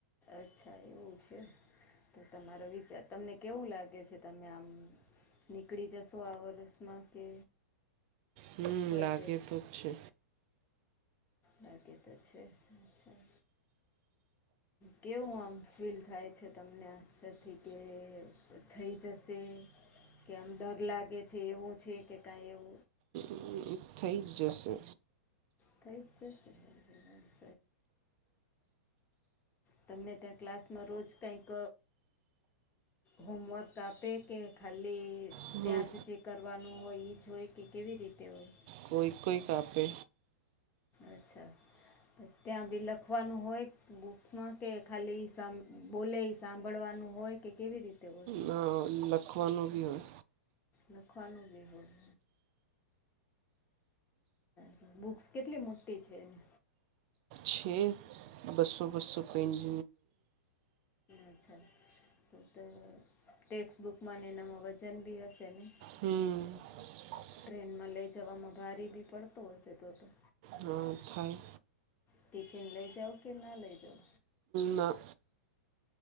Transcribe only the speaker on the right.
હમ
લાગે
તો છે.
<inaudible> થઈ જ જશે.
હમ
કોઈ કોઈ આપે
ના લખવાનું બી હોય.
છ બસો બસો પંચ
હમ્મ હ
હા થાય.
ના